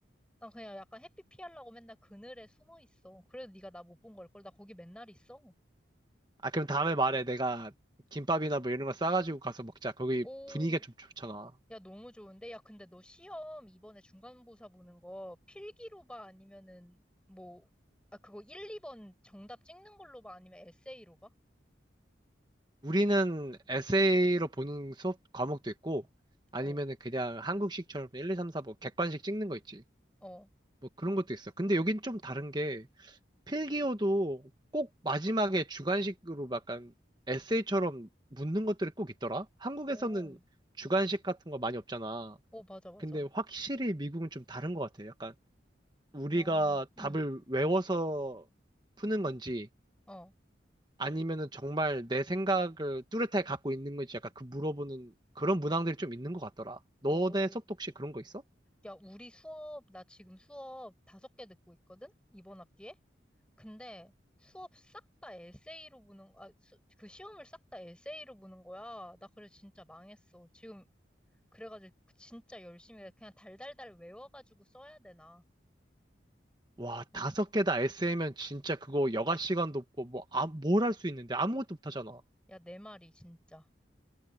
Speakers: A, in the centre; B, on the right.
A: 난 그냥 약간 햇빛 피하려고 맨날 그늘에 숨어 있어 그래도 네가 나 못 본 걸걸 나 거기 맨날 있어
B: 아, 그럼 다음에 말해. 내가 김밥이나 뭐 이런 거 싸가지고 가서 먹자. 거기
A: 오
B: 분위기가 좀 좋잖아.
A: 야 너무 좋은데 야 근데 너 시험 이번에 중간고사 보는 거 필기로 봐 아니면은 뭐 아 그거 1, 2번 정답 찍는 걸로 봐 아니면 에세이로 봐?
B: 우리는 에세이로 보는 수업 과목도 있고 아니면은
A: 어
B: 그냥 한국식처럼 1, 2, 3, 4 뭐 객관식 찍는 거 있지.
A: 어
B: 뭐 그런 것도 있어. 근데 여긴 좀 다른 게 필기어도 꼭 마지막에 주관식으로 약간 에세이처럼 묻는 것들이 꼭 있더라? 한국에서는
A: 오
B: 주관식 같은 거 많이 없잖아.
A: 오 맞아 맞아
B: 근데 확실히 미국은 좀 다른 것 같아. 약간 우리가
A: 어응
B: 답을 외워서 푸는 건지
A: 어
B: 아니면은 정말 내 생각을 뚜렷하게 갖고 있는 건지 약간 그 물어보는 그런 문항들이 좀 있는 것 같더라. 너네
A: 오
B: 수업도 혹시 그런 거 있어?
A: 야, 우리 수업, 나 지금 수업 다섯 개 듣고 있거든? 이번 학기에? 근데 수업 싹 다 에세이로 보는, 아, 수- 그 시험을 싹 다 에세이로 보는 거야. 나 그래서 진짜 망했어. 지금, 그래가지고 그 진짜 열심히 해. 그냥 달달달 외워가지고 써야 되나.
B: 와,
A: 와,
B: 다섯 개다 SM면 진짜 그거 여가 시간도 없고, 뭐, 아, 뭘 할 수 있는데 아무것도 못 하잖아.
A: 야, 내 말이 진짜.